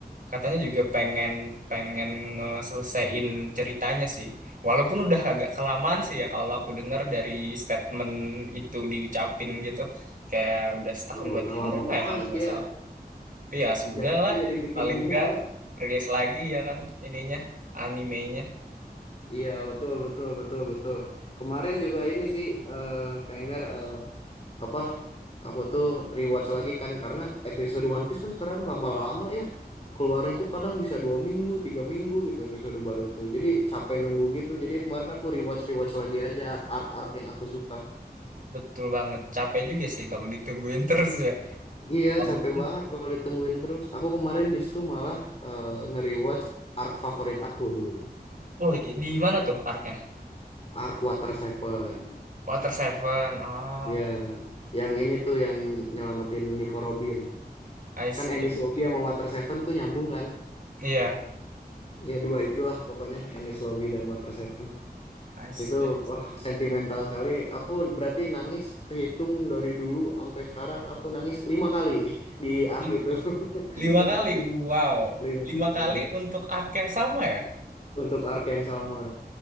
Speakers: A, on the right; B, on the left.
A: katanya juga pengen pengen ngeselesaiin ceritanya sih. Walaupun udah agak kelamaan sih ya kalau aku dengar dari statement itu diucapin gitu. Kayak udah setahun
B: Ya,
A: dua
B: udah
A: tahun
B: lama
A: apa
B: banget
A: ya kalau nggak
B: dia.
A: salah. Tapi ya sudah
B: ya tapi
A: lah
B: jadi bikin
A: paling
B: humor.
A: nggak rilis lagi ya kan ininya animenya.
B: Iya betul betul betul betul. Kemarin juga ini sih eh Kak Enggar eh, apa aku tuh rewatch lagi kan karena episode One Piece kan sekarang lama-lama ya keluarnya tuh kadang bisa dua minggu tiga minggu gitu episode baru tuh. Jadi capek nunggu gitu. Jadi kemarin aku rewatch rewatch lagi aja arc-arc yang aku suka.
A: Betul banget capek juga sih kalau ditungguin <laughs> terus ya.
B: Iya
A: Walaupun,
B: capek banget kalau ditungguin terus. Aku kemarin justru malah eh, nge-rewatch arc favorit aku dulu.
A: oh di mana tuh arc
B: Arc Water Seven.
A: Water Seven. Ah,
B: Iya, yang ini tuh yang nyelamatin Nico Robin.
A: I see.
B: Kan Ennis
A: I
B: Lobby
A: see.
B: sama Water Seven tuh nyambung kan?
A: Iya,
B: Ya dua itulah pokoknya Ennis Lobby dan Water Seven.
A: I see.
B: Itu
A: I see.
B: wah sentimental sekali. Aku berarti nangis kehitung dari dulu sampai sekarang aku nangis lima kali <laughs> di arc
A: Li-
B: itu. <laughs>
A: lima kali. Wow.
B: Lima
A: Lima
B: kali.
A: kali untuk arc yang sama ya?
B: Untuk arc yang sama.